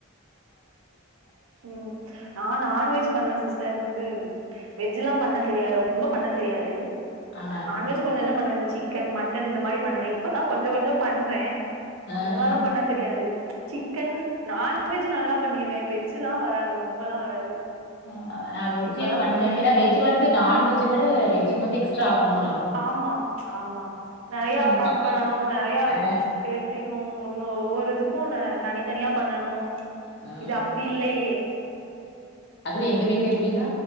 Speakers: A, on the right (about 80°); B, on the left (about 55°).
A: உம் நான் நான்வெஜ் பண்ணுவே சிஸ்டர் பெறகு வெஜ்ஜ் எல்லாம் பண்ண தெரியாது ரொம்ப பண்ண தெரியாது
B: ஆ.
A: நான்வெஜ் கொஞ்ச கொஞ்சம் பண்ணுவேன்னு வச்சுக்கங்களே சிக்கன் மட்டன் இந்த மாதிரி பண்ணுவன் இப்பதான் கொஞ்ச கொஞ்சம் பண்றே
B: ஆ.
A: நல்லாலா
B: ஆ.
A: பண்ண தெரியாது சிக்கன் நான்வெஜ் நல்லா பண்ணிருவேன் வெஜ் லாம் வராது ரொம்பலாம் வராது
B: ஆஹ் நா வெஜ்ஜு
A: இப்பதா
B: பண்ணுவேன்
A: கொஞ்ச கொஞ்சோ
B: ஏன்னா
A: கத்துக்குறே
B: வெஜ்ஜ வந்து நான்வெஜ்ஜை விட வெஜ்ஜுக்கு வந்து எக்ஸ்ட்ரா ஆவனவர்
A: ஆமா ஆமா நிறைய
B: ஆமா.
A: கட் பண்ணணும் நிறைய
B: ஆ,
A: எடுத்துக்கணும் ஒன்னு ஒவ்வொரு இதுக்கும் தனித்தனியா பண்ணனும்
B: ஆ
A: இத அப்படி இல்லையே
B: அது எங்க வீட்டுல அப்படின்னா